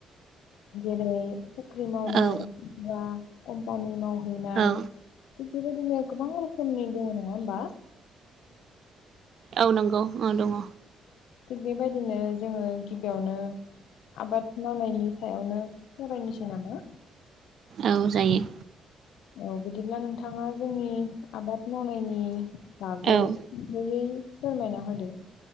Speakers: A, on the left; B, on the right.
A: जेरै फुख्रि मावनाय
B: औ
A: बा कम्पानि मावहैनाय
B: औ
A: थिग बेबायदिनो गोबां रोखोमनि दङ' नङा होमबा <inaudible>
B: औ नंगौ अ दङ'।
A: थिग बेबायदिनो जोङो गिबियावनो आबाद मावनायनि सायावनो फरायनोसै नामा?
B: औ जायो।
A: औ बिदिब्ला नोंथाङा जोंनि आबाद मावनायनि बागैयै
B: औ
A: फोरमायना होदो